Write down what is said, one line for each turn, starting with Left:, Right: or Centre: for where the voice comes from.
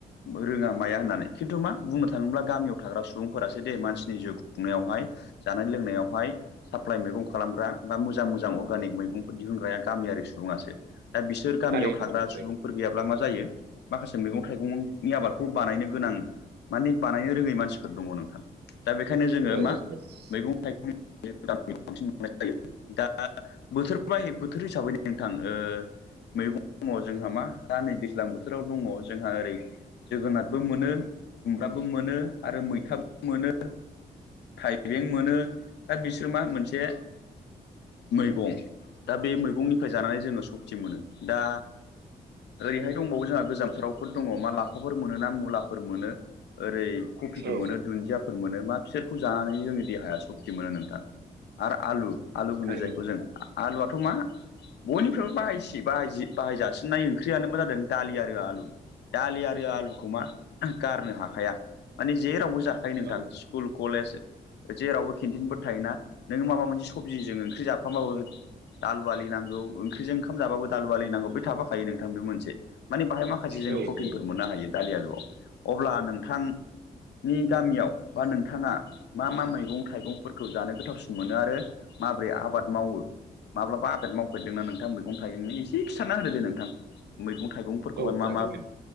Left: रोङा माया होननानै खिन्थु मा बुंनो थाङोब्ला गामियाव थाग्रा सुबुंफोरासो दे मानसिनि जिउ खुंनायावहाय जानाय लोंनायावहाय साप्लााय मैगं खालामग्रा बा मोजां मोजां अर्गेानिक मैगंफोर दिहुनग्राया गामियारि सुबुासो दा बिसो सोर गामियाव
Right: थारैनो
Left: थाग्रा
Right: नोंथां
Left: सुबुंफोर
Right: थारैनो
Left: गैयाब्ला मा जायो। माखासे मैगं थाइगंनि आबादखौ बानायनो गोनां माने बानायनो रोंङै मानसिफोर दंङ नोंथां दा बेखायनो जोंङो
Right: औ
Left: मा
Right: औ
Left: मैगं थाइगं बांसिन मोननाय जायो दा। बोथोर हिसाबै नोंथां मैगं दंङ जोंहा मा दा नै दैज्लां बोथोराव दंङ जोंहा ओरै जोगोनार बो मोनो खुमब्राबो मोनो आरो मैथाबो मोनो थाइबें मोनो दा बिसोर मा मोनसे मैगं दा बे मैगंनिफ्राय जानानै जोंङो सक्ति मोनो दा ओरैहाय दंबावो जोंहा गोजामथावफोर दंङ मा? लाफाफोर मोनो ना मुलाफोर मोनो। ओरै कफिखौ
Right: औ
Left: मोनो दुन्दियाफोर फोर मोनो मा बिसोरखौ जानानै जोंनि देहाया सक्तटि मोनो नोंथां आरो आलु आलु होनो
Right: थारैनो
Left: जायखौ जों आलुआथ' मा बयनिफ्रायबो बाहाय बाहायजसिननाय ओंख्रियानो मा जादों दालि आरो आलु दालि आरो आरो आलुखौ मा गारनो हाखाया माने जेरावबो जाखायो नोंथां
Right: औ
Left: स्कुल कलेज जेरावबो केन्थिनफोर थायोना नोंङो माबा मोनसे सबजिजों ओंख्रि जाफामबाबो दालि, आलु नांगौ ओंख्रिजों ओंखामाबो दालि आलु नांगौ बे थाफाखायो नोंथां बे मोनसे। माने बाहाय माखासे जोंङो
Right: औ औ
Left: प्रटिनफोर मोननो हायो दालि आलुआव अब्ला नोंथां। नि गामियाव बा नोंथांङा मा मा मैगं थाइगंफोरखौ जानो गोथावसिन मोनो आरो माबोरै आबाद मावो माब्लाबा आबाद मावफेरदोंना नोंथां मैगं थाइगंनि एसे खिथाना होदो दे नोंथां मैगं थाइगं? फोरखौहाय
Right: औ
Left: मा
Right: जागोन
Left: मा
Right: दे